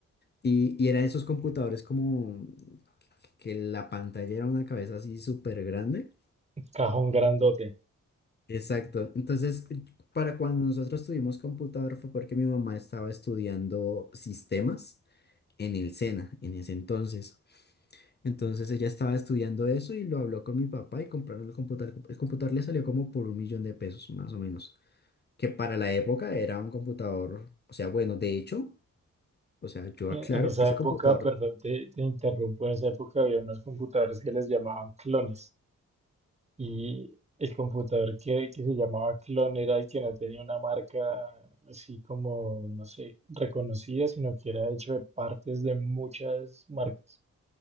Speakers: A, on the left; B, on the right.
A: Y, y eran esos computadores como que la pantalla era una cabeza así súper grande.
B: Cajón grandote.
A: Exacto. Entonces, para cuando nosotros tuvimos computador fue porque mi mamá estaba estudiando sistemas en el SENA en ese entonces. Entonces ella estaba estudiando eso y lo habló con mi papá y compraron el computador. El computador le salió como por un millón de pesos, más o menos, que para la época era un computador, o sea, bueno, de hecho, o sea, yo
B: En,
A: aclaro,
B: en esa
A: ese
B: época,
A: computador,
B: perdón, te, te interrumpo, en esa época había unos computadores que les llamaban clones. Y el computador que, que se llamaba clon era el que no tenía una marca así como, no sé, reconocida, sino que era hecho de partes de muchas marcas.